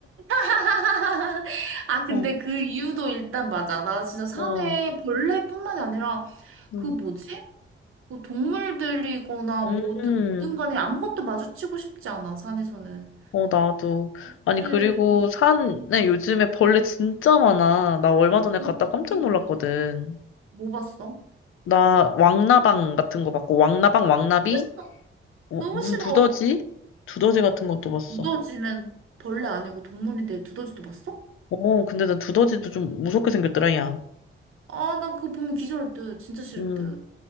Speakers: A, on the right; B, on the left.
A: <laughs> 아, 근데
B: 어,
A: 그 이유도 일단 맞아. 나 진짜 산에
B: 어,
A: 벌레뿐만이 아니라
B: 음,
A: 그 뭐지? 그 동물들이거나
B: 음,
A: 뭐든 뭐든 간에 아무것도 마주치고 싶지 않아, 산에서는.
B: 어, 나도. 아니,
A: 그치.
B: 그리고 산에
A: 음,
B: 요즘에 벌레 진짜 많아. 나 얼마 전에 갔다
A: 음,
B: 깜짝
A: 기 밑에서.
B: 놀랐거든.
A: 뭐 봤어?
B: 나 왕나방 같은 거 봤고, 왕나방, 왕나비?
A: 너무 싫어.
B: 어,
A: 너무
B: 무슨
A: 싫어.
B: 두더지? 두더지 같은 것도 봤어.
A: 두더지는 벌레 아니고 동물인데 두더지도 봤어?
B: 어, 근데 나 두더지도 좀 무섭게 생겼더라, 야.
A: 아, 나 그거 보면 기절할 듯. 진짜 싫을
B: 음,
A: 듯.